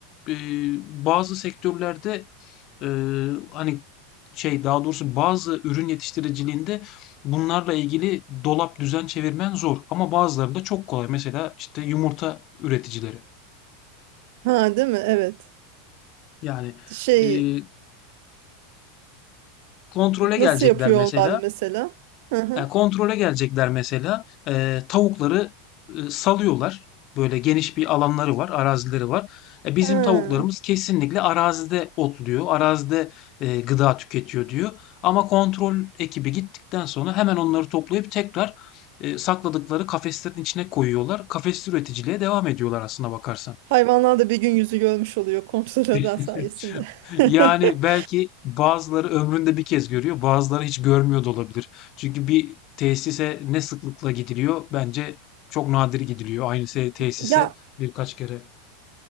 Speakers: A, on the left; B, on the right.
A: e, bazı sektörlerde Eee, hani şey daha doğrusu bazı ürün yetiştiriciliğinde bunlarla ilgili dolap düzen çevirmen zor ama bazıları da çok kolay. Mesela işte yumurta üreticileri.
B: Ha değil mi? Evet
A: Yani
B: şey
A: eee, kontrole
B: Nasıl
A: gelecekler
B: yapıyor
A: mesela.
B: onlar mesela? Hı hı.
A: Yani kontrole gelecekler mesela. Ee, tavukları e, salıyorlar. Böyle geniş bir alanları var, arazileri var. E, bizim
B: Ha.
A: tavuklarımız kesinlikle arazide otluyor, arazide e, gıda tüketiyor diyor. Ama kontrol ekibi gittikten sonra hemen onları toplayıp tekrar e, sakladıkları kafeslerin içine koyuyorlar. Kafes üreticiliğe devam ediyorlar aslına bakarsan.
B: Hayvanlar da bir gün yüzü görmüş oluyor kontrolörler
A: <laughs>
B: sayesinde. <laughs>
A: Yani belki bazıları ömründe bir kez görüyor, bazıları hiç görmüyor da olabilir. Çünkü bir tesise ne sıklıkla gidiliyor? Bence çok nadir gidiliyor aynı se- tesise
B: Ya
A: birkaç kere.